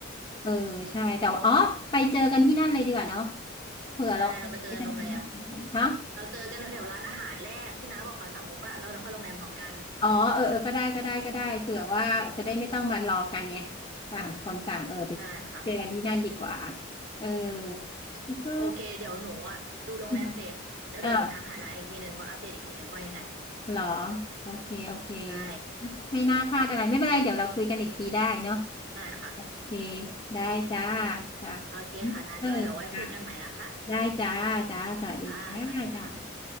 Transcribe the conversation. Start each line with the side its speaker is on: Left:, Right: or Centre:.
Left: เออใช่แต่ว่าอ๋อไปเจอกันที่นั่นเลยดีกว่าเนาะเผื่อเราไปทำอะไรที่สำคันฮะ
Right: ใช่เราไปเจอกันโรงแรมเราเจอกันแถวร้านอาหารแรกที่น้าบอกเขาสามมุกอ่ะแล้วเราเดเข้าโรงแรมพร้อมกัน
Left: อ๋อเออเออก็ได้ก็ได้ก็ได้เผื่อว่าจะได้ไม่ต้องมารอกันไงต่างคนต่างเออไป
Right: ใช่ค่ะ
Left: เจอกันที่นั่นดีกว่าเออแล้วก็
Right: โอเคเดี๋ยวหนูอ่ะดูโรงแรมเสร็จแล้วเดี๋ยวหนูทักหาน้าอีกทีหนึ่งว่าอัปเดตอีกทีหนึ่งว่ายังไง
Left: อืมอ่ะเหรอโอเคโอเค
Right: ใช่
Left: ไม่น่าพลาดอะไรไม่เป็นไรเดี๋ยวเราคุยกันอีกทีได้เนาะ
Right: ได้ค่ะ
Left: โอเคได้จ้าจ้า
Right: โอเคค่ะนะก็เดี๋ยวไว้คุยกันใหม่นะคะ
Left: เออจ้าได้จ้าจ้าสวัสดีจ้าจ้า
Right: ค่ะสวัสดีค่ะ